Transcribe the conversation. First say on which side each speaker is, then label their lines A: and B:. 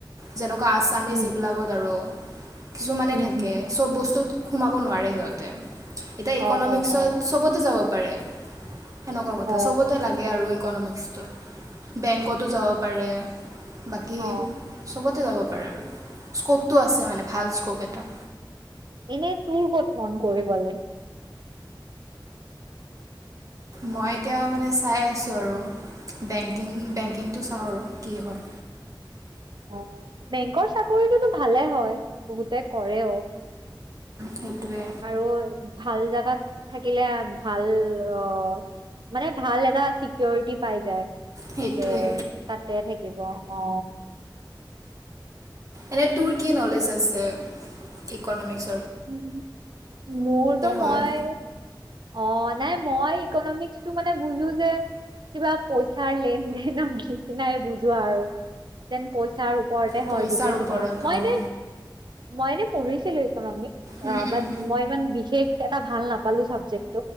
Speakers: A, on the right; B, on the right.
A: যেনেকুৱা আছামিছ
B: উম
A: এইবিলাকত আৰু। কিছুমানে
B: উম
A: থাকে
B: হম
A: চব বস্তু সোমাব নোৱাৰে সিহঁতে, এতিয়া ইকনমিক্সত
B: অ অ অ
A: সবতে যাব পাৰে সেনেকুৱা কথা
B: অ
A: চবতে লাগে আৰু ইকনমিক্সটো বেংকতো যাব পাৰে বাকী
B: অ
A: চবতে যাব প ৰে স্কপ আছে মানে ভাল স্কপ এটা।
B: এনেই কোন কত কাম কৰে মানে
A: মই এতিয়া মানে চাই আছো আৰু। বেংকিং-বেংকিংটো চাওঁ আৰু কি হয়।
B: <unintelligible> অ' বেংকৰ চাকৰিটোতো ভালে হয় বহুতে কৰে আৰু।
A: সেইটোৱে
B: আৰু ভাল জাগাত থাকিলে ভাল অ মানে ভাল এটা চিকিৰিটি পাই যায়
A: সেইটোৱে
B: যে তাতে থাকিব অ
A: এনে তোৰ কি নলেজ আছে ইকনমিক্স
B: উম মোৰটো মই
A: হয়
B: অ নাই মই ইকনমিক্স টো মানে বুজো যে কিবা পইচাৰ লেন দেনৰ নিচিনাই বুজো আৰু যেন পইচাৰ ওপৰতে
A: পইচাৰ
B: হয় গোতেখিনি
A: ওপৰত
B: মই
A: অঁ
B: এনে মই এনে পঢ়িছিলো অ
A: উম
B: বাত
A: উম
B: মই ইমান বিশেষ এটা ভাল নাপালো চাবজেক্ট